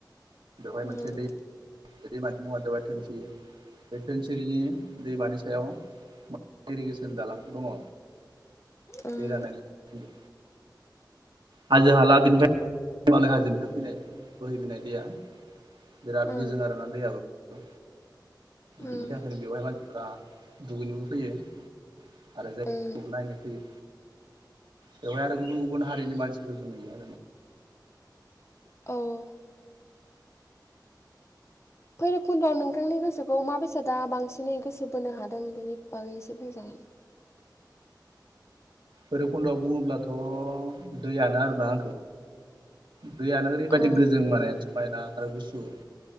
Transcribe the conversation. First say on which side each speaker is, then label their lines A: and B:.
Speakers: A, on the right; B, on the left.
A: बेवहाय
B: उम
A: मोनसे दै बे दैमानि मुंङानो जाबाय धोनसिरि बे धोनसिरिनि दैमानि सायाव इरिगेसन दालां दङ।
B: उम
A: बे रान <unintelligible> हाजो हाला बेनिफ्राय हिमालय हाजोनिफ्राय फैनाय बोहैबोनाय दैया बिराद
B: उम
A: गोजों आरोना दैयाबो
B: उम
A: बिनि थाखायनो बेवहाय मानसिफोरा दुगैनोबो फैयो। आरो जायगाखौबो
B: उम
A: नायनो फैयो। बेवहाय आरो गुबुन- गुबुन हारिनि मानसिफोरबो नुयो आरो।
B: औ औ भैरबखुन्द'आव नोंथांनि गोसोखौ मा बेसादा बांसिनै गोसो बोनो हादों बेनि बागै एसे बुंजागोन?
A: भैरबखुन्दआव बुङोब्लाथ' दैयानो आरोना आंखौ दैयानो ओरैबायदि
B: अ
A: गोजों माने समायना आरो गुसु